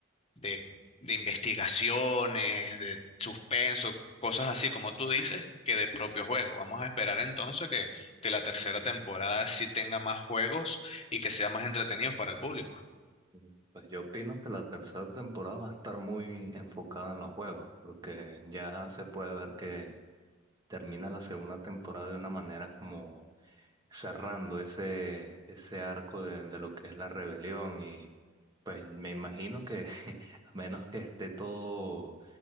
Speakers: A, on the left; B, on the right.
A: de, de investigaciones, de suspenso, cosas así como tú dices, que de propio juego. Vamos a esperar entonces que, que la tercera temporada sí tenga más juegos y que sea más entretenidos para el público.
B: Mm. Pues yo opino que la tercera temporada va a estar muy enfocada en los juegos, porque ya se puede ver que termina la segunda temporada de una manera como cerrando ese, ese arco de, de lo que es la rebelión y pues me imagino que <laughs> a menos que esté todo